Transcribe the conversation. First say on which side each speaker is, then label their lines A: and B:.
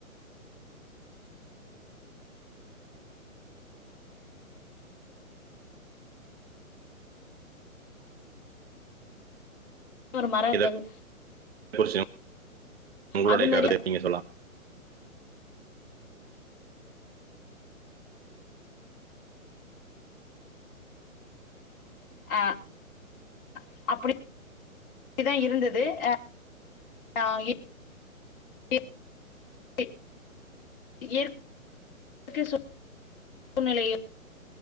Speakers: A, on the left; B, on the right.
A: ஒரு மரங்கள்.
B: இத <unintelligible> உங்களுடைய
A: அது மாரி
B: கருத நீங்க சொல்லா
A: <unintelligible>